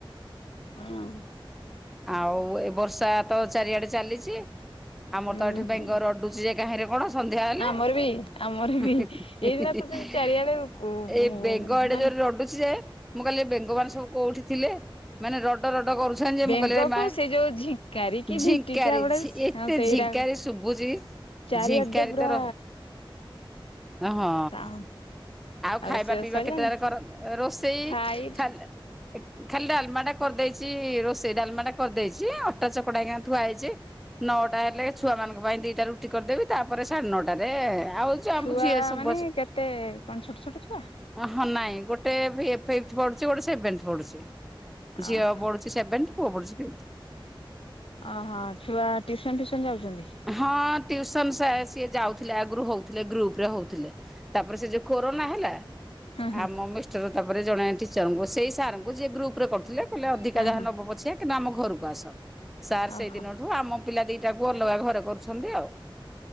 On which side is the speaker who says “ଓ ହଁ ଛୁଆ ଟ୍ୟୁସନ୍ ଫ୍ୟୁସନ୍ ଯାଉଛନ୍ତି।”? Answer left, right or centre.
Left